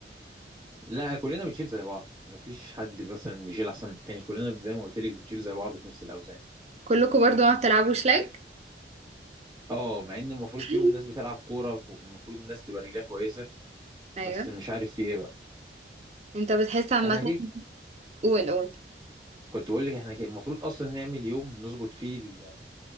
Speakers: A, on the right; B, on the right.
A: لا كلنا بنشيل زي بعض مفيش حد مثلا بيشيل احسن من التاني كلنا زي ما قلت لك بنشيل زي بعض في نفس الاوزان
B: كلكم برضو ما بتلعبوش شلك
A: اه مع ان المفروض
B: <laughs>
A: فيهم ناس بتلعب كوره والمفروض الناس تبقى رجلها كويسه
B: ايوه
A: بس مش عارف في ايه بقى
B: انت بتحس عامه
A: احنا كده
B: قول قول
A: كنت بقول لك احنا كده المفروض اصلا نعمل يوم نظبط فيه ال...